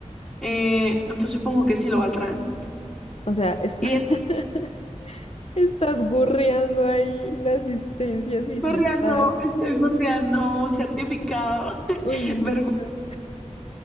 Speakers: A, in the centre; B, on the left (about 55°).
A: Eh, entonces supongo que sí lo valdrán.
B: o sea, está...
A: Y
B: <laughs> estás gurreando ahí la asistencia sin
A: Gorreando,
B: estar.
A: estoy gorreando un certificado. <laughs>
B: Uy, no.
A: Vergüenza.